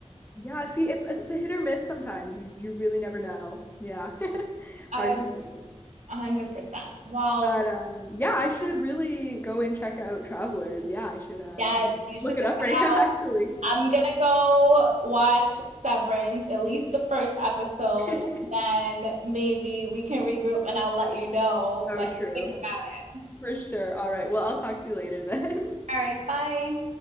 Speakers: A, on the left (about 15°); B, on the right (about 75°).
A: Yeah, see, it's it's a hit or miss sometimes. You you really never know. Yeah. <laughs>
B: I
A: Hard to say.
B: 100%. Well,
A: But um yeah, I should really go and check out Travelers. Yeah, I should um
B: yes,
A: I think
B: you should
A: look
B: check
A: it up
B: it
A: right now
B: out.
A: actually.
B: I'm gonna go watch Severance, at least the first episode,
A: <laughs>
B: and then maybe we can regroup and I'll let you know
A: So
B: what
A: true.
B: I think about it.
A: For sure. All right. Well, I'll talk to you later then. <laughs>
B: All right, bye.